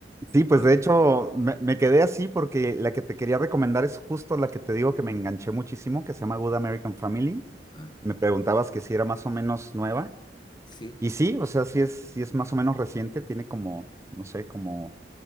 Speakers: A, on the right (about 15°); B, on the left (about 25°).
A: Sí, pues
B: Pero,
A: de hecho me, me quedé así porque la que te quería recomendar es justo la que te digo que me enganché muchísimo, que se llama Good American Family.
B: ay,
A: Me preguntabas que si era más o menos nueva.
B: sí.
A: Y sí, o sea, sí es, sí es más o menos reciente, tiene como, no sé, como